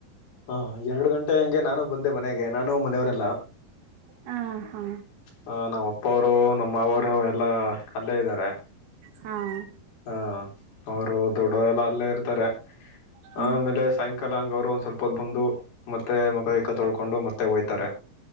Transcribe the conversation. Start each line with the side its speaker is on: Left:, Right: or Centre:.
Left: ಹಾ ಎರಡು ಗಂಟೆ ಹಂಗೆ ನಾನು ಬಂದೆ ಮನೆಗೆ ನಾನೂ ಮನೆಯವರೆಲ್ಲ
Right: ಹ ಹಾ
Left: ಹ ನಮ್ಮ ಅಪ್ಪವರು ನಮ್ಮ ಮಾವವರು ಎಲ್ಲಾ ಅಲ್ಲೇ ಇದ್ದಾರೆ
Right: ಹಾಂ
Left: ಹಾ ಅವರು ದೊಡಲ್ಲ ಎಲ್ಲ ಇರ್ತಾರೆ
Right: ಹ್ಮ್
Left: ಆಮೇಲೆ ಸಾಯಂಕಾಲ ಹಂಗ ಅವ್ರು ಒಂದ್ ಸ್ವಲ್ಪ ಹೊದ ಬಂದು ಮತ್ತೆ ಮಗ ಇಕ್ಕ ತೊಳ್ಕೊಂಡು ಮತ್ತೆ ಹೋಯ್ತಾರೆ